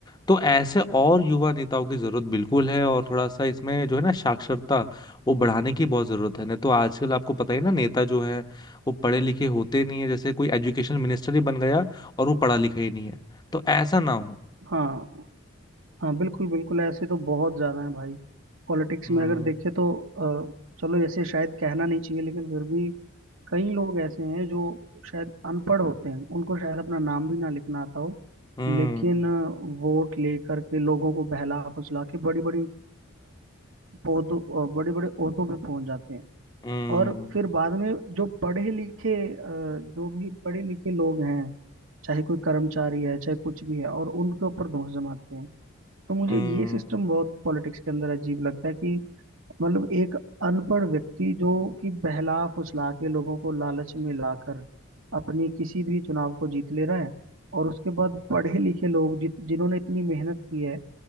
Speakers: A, on the left; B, on the right.
A: तो ऐसे और युवा नेताओं की जरूरत बिल्कुल है और थोड़ा सा इसमें जो है ना साक्षरता वो बढ़ाने की बहुत जरूरत है नहीं तो आजकल आपको पता ही ना नेता जो है वो पढ़े लिखे होते नहीं है जैसे कोई एजुकेशन मिनिस्टर ही बन गया और वो पढ़ा लिखा ही नहीं है तो ऐसा ना हो
B: हाँ हाँ बिल्कुल बिल्कुल ऐसे तो बहुत ज्यादा है भाई पॉलिटिक्स
A: हम्म
B: में अगर देखे तो अ, चलो ऐसे शायद कहना नहीं चाहिए लेकिन फिर भी कई लोग ऐसे हैं जो शायद अनपढ़ होते हैं उनको शायद अपना नाम भी ना लिखना आता हो
A: हम्म
B: लेकिन अ, वोट लेकर के लोगों को बहला फुसला के बड़ी बड़ी पौधों बड़े बड़े ओहदों पे पहुंच जाते हैं
A: हम्म
B: और
A: हम्म,
B: फिर बाद में जो पढ़े लिखे अ, जो भी पढ़े लिखे लोग हैं चाहे कोई कर्मचारी है चाहे कुछ भी है और उनके ऊपर दोष जमाते हैं तो मुझे
A: हम्म,
B: ये सिस्टम
A: हम्म,
B: बहुत पॉलिटिक्स के अंदर अजीब लगता है कि मतलब एक अनपढ़ व्यक्ति जो कि बहला फुसला के लोगों को लालच में लाकर अपनी किसी भी चुनाव को जीत ले रहा है और उसके बाद पढ़े लिखे लोग जित जिन्होंने इतनी मेहनत की है